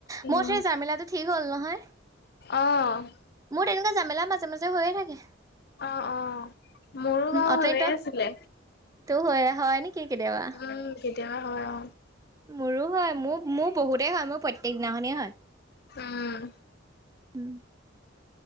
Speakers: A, on the left; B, on the right.
A: উম,
B: মোৰ সেই জামিলাটো ঠিক হ'ল নহয়।
A: অ',
B: মোৰ তেনেকোৱা জামেলা মাজে মাজে হৈয়ে থাকে।
A: অ', অ'। মোৰো বা হৈয়েই
B: অথনি তই
A: আছিলে
B: তো হয় হয় নেকি কেতিয়াবা
A: উম তেতিয়াহে হয় অ
B: মোৰো হয় মোৰ মোৰ বহুতেই হয় মোৰ প্ৰত্যেক দিনাখনেই হয়।
A: উম
B: উম